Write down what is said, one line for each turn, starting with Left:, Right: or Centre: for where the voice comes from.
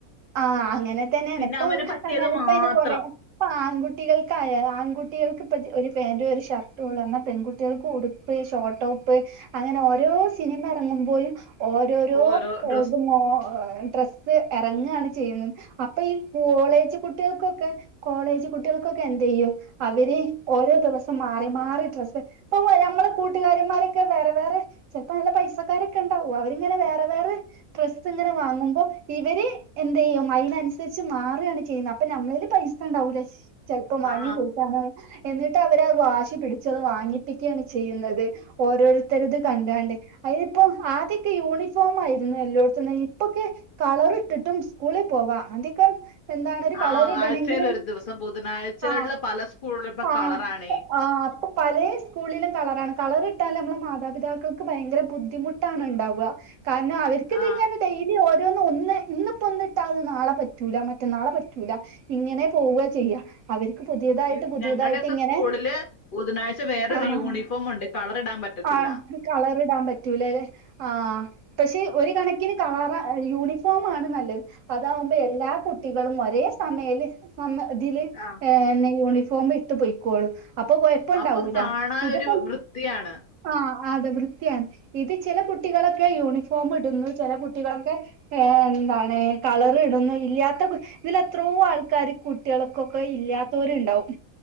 Right: ആഹ് അങ്ങനെ തന്നെയാണ്
Left: പിന്നെ
Right: ഇപ്പം
Left: അവന് പറ്റിയത്
Right: എന്നാല്
Left: മാത്രം
Right: പ്പം അയിന് കൊറേ ഇപ്പ ആൺകുട്ടികൾക്കായ ആൺകുട്ടികൾക്ക് ഇപ്പജ് ഒരു പാൻ്റ് ഒരു ഷർട്ടോ ഉള്ളൂ. എന്നാ പെൺകുട്ടികൾക്ക് ഉടു ഫ്രീ ഷോട്ടോപ്പ് അങ്ങനെ ഓരോ സിനിമ എറങ്ങുമ്പോഴും ഓരോരോ
Left: ഓരോ ഡ്രസ്സ്
Right: ഇത് മോ ഹേ ഡ്ര സ്സ് എറങ്ങാണ് ചെയ്യുന്ന അപ്പ ഈ കോളേജ് കുട്ടികൾക്കൊക്കെ കോളേജ് കുട്ടികൾക്കൊക്കെ എന്ത് യ്യും അവര് ഓരോ ദിവസം മാറി മാറി ഡ്രസ്സ് <unintelligible> നമ്മളെ കൂട്ടുകാരന്മാരൊക്കെ വേറെ വേറെ ചെൽപ്പം നല്ല പൈസക്കാരൊക്കെ ഉണ്ടാവൂ അവര്ങ്ങനെ വേറെ വേറെ ഡ്രസ്സ് ഇങ്ങനെ വാങ്ങുമ്പോ ഇവര് എന്തയ്യും അയിനൻസര്ച്ച് മാറാണ് ചെയ്യുന്നേ അപ്പ നമ്മളേല് പൈസ ഉണ്ടാവൂല. ചെൽപ്പം വാങ്ങി
Left: ആ
Right: കൊടുക്കാഞ്ഞാൽ എന്നിട്ട് അവരഹ് വാശി പിടിച്ചത് വാങ്ങിപ്പിക്കുകയാണ് ചെയ്യുന്നത്. ഓരോരുത്തര്ത് കണ്ടാണ്ട് അയിന് ഇപ്പം ആദ്യക്കെ യൂണിഫോം ആയിരുന്നു. എല്ലോട്ത്ത്ന്ന ഇപ്പൊക്കെ കളർ ഇട്ടിട്ടും സ്കൂളിൽ പോവാ അതിക്കം എന്താണ് ഒരു
Left: ആ
Right: കളർ ഇടണെങ്കില്
Left: ആഴ്ചയിൽ ഒരു ദിവസം ബുധനാഴ്ചകളില്
Right: ആഹ്
Left: പല സ്കൂളിലും ഇപ്പൊ
Right: ആഹ്
Left: കളറാണേ
Right: ആഹ് പലേ സ്കൂളിലും കളറാണ് കളർ ഇട്ടാൽ നമ്മളെ മാതാപിതാക്കൾക്ക് ഭയങ്കര ബുദ്ധിമുട്ടാണ് ഇണ്ടാവ. കാരണം അവർക്ക്ത്
Left: ആ
Right: ഇങ്ങനെ ഡെയിലി ഓരോന്ന് ഒന്ന് ഇന്ന്പ്പം ഒന്ന്ട്ടാ അത് നാളെ പറ്റൂല മറ്റന്നാളെ പറ്റൂല ഇങ്ങനെ പോവ ചെയ്യാ. അവർക്ക് പുതിയതായിട്ട്
Left: ഈ
Right: പുതിയതായിട്ട്
Left: ഞങ്ങളുടെയൊക്കെ
Right: ഇങ്ങനെ
Left: സ്കൂളില് ബുധനാഴ്ച വേറൊരു
Right: ആഹ്
Left: യൂണിഫോം ഉണ്ട് കളർ ഇടാൻ പറ്റത്തില്ല
Right: ആഹ് കളറ്ടാൻ പറ്റൂലലേ ആഹ് പക്ഷെ ഒര് കണക്കിന് കാവ യൂണി ഫോം നല്ലത് അതാവുമ്പേ എല്ലാ കുട്ടികളും ഒരേ സമയല് ഒന്ന് ഇതില്
Left: ആ
Right: ഏഹ് ന്നെ യൂണിഫോം ഇട്ട് പൊയ്ക്കോളും. അപ്പൊ കൊഴപ്പം ഇണ്ടാവൂല
Left: അപ്പൊ അത് കാണാൻ
Right: ഇത്പ്പം
Left: ഒരു വൃത്തിയാണ്
Right: ആഹ് അതെ വൃത്തിയാണ് ഇത് ചെല കുട്ടികളൊക്കെ യൂണിഫോം ഇടുന്നു ചെല കുട്ടികളൊക്കെ ഏഹ് എന്താണ് കളർ ഇടുന്നു ഇല്ലാത്ത കു ഇതിലെത്രോ ആൾക്കാര് കുട്ട്യള്ക്കൊക്കെ ഇല്ലാത്തോര് ഇണ്ടാവും.